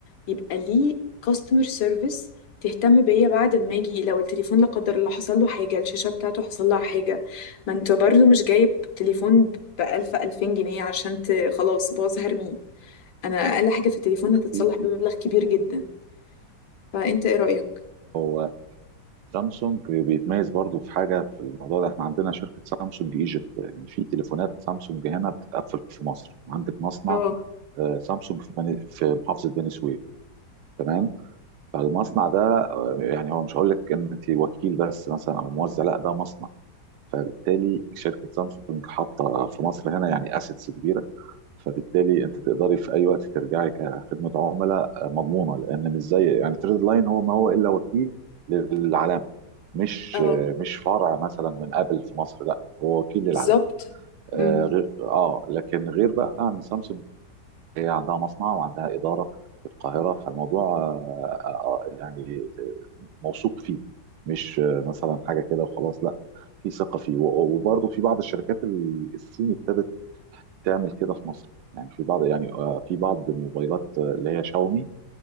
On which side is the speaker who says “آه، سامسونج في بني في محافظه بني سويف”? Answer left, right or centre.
Right